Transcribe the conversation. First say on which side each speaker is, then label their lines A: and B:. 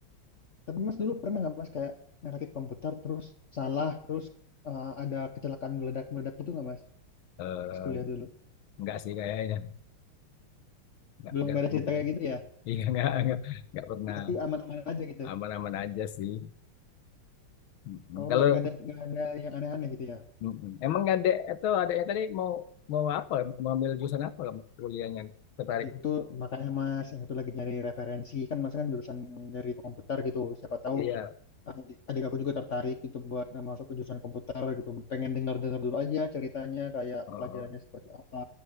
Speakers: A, on the left (about 55°); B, on the left (about 75°).
A: Tapi Mas dulu pernah nggak Mas kayak ngerakit komputer terus salah, terus eh, ada kecelakaan meledak-meledak gitu nggak Mas?
B: Eh,
A: Pas kuliah dulu.
B: enggak sih kayaknya, enggak
A: Belum
B: enggak
A: nggak
B: pernah.
A: ada cerita kayak gitu
B: <laughs>
A: ya?
B: Iya enggak enggak enggak pernah
A: Berarti aman-aman aja gitu.
B: aman-aman aja sih. Mm-mm.
A: Oh,
B: Kalau
A: nggak nggak ada nggak ada yang aneh-aneh gitu ya?
B: mm-mm. emang ada atau adanya tadi mau mau apa? Mau ambil jurusan apa kamu kuliahnya? tertarik.
A: Itu makanya Mas, yang itu lagi nyari referensi kan Mas kan jurusan dari komputer gitu. Siapa tahu
B: Iya,
A: eh, adik aku juga tertarik gitu buat eh, masuk ke jurusan komputer gitu pengen dengar-dengar dulu aja ceritanya kayak
B: Oh
A: pelajarannya seperti apa